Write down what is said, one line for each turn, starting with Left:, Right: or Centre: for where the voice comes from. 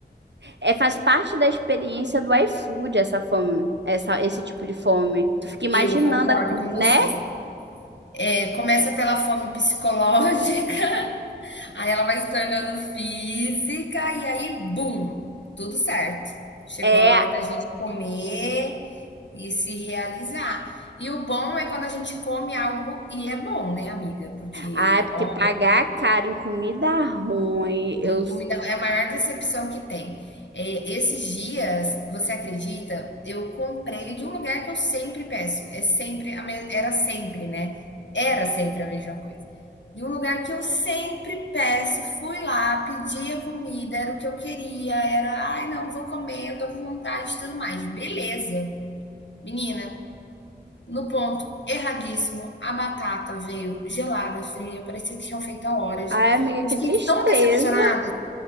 Right: é, faz parte da experiência do iFood essa fome, essa, esse tipo de fome. Tu fica imaginando
Left: Eu concordo
Right: a comida,
Left: com você.
Right: né?
Left: É, começa pela fome psicológica, <laughs> aí ela vai se tornando física e aí bum, tudo certo. Chegou
Right: É,
Left: a hora da gente comer e se realizar. E o bom é quando a gente come algo e é bom, né, amiga, porque,
Right: Ai, porque
Left: ó
Right: pagar caro em comida ruim, eu...
Left: Hum, Comida é a maior decepção que tem. É, esses dias, você acredita? Eu comprei de um lugar que eu sempre peço. É sempre a me- era sempre, né? Era sempre a mesma coisa. De um lugar que eu sempre peço, fui lá, pedi a comida, era o que eu queria, era, ai, não, vou comer, eu tô com vontade e tudo mais. Beleza. Menina, no ponto erradíssimo, a batata veio gelada, fria, parecia que tinham feito há horas.
Right: Ai, amiga,
Left: Eu
Right: que
Left: fiquei
Right: tristeza.
Left: tão decepcionada.